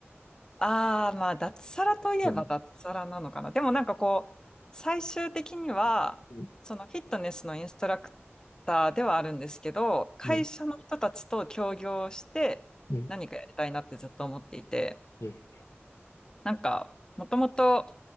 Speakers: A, on the left; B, on the left.
A: ああ、まあ、脱サラといえば脱サラなのかな。
B: じゃない
A: でもなんかこう、最終的には、
B: うん、
A: そのフィットネスのインストラクターではあるんですけど、会社の人たちと協業して何かやりたいなってずっと思っていて、
B: うん、うん、ええ
A: なんか、もともと、